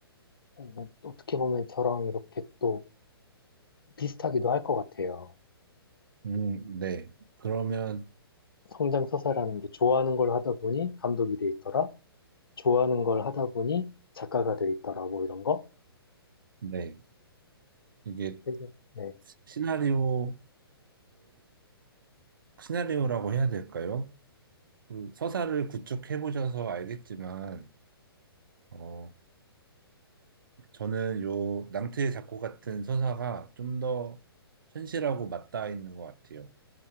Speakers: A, on the left; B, on the right.
A: 어, 어떻게 보면 저랑 이렇게 또 비슷하기도 할 것 같아요.
B: 음, 네. 그러면
A: 성장서사라는 게 좋아하는 걸 하다 보니 감독이 돼 있더라. 좋아하는 걸 하다 보니 작가가 돼 있더라. 뭐 이런 거.
B: 네, 이게
A: 되게, 네.
B: 시나리오를 시나리오라고 해야 될까요? 그 서사를 구축해 보셔서 알겠지만, 어, 저는 요 낭트의 작고 같은 서사가 좀 더 현실하고 맞닿아 있는 것 같아요.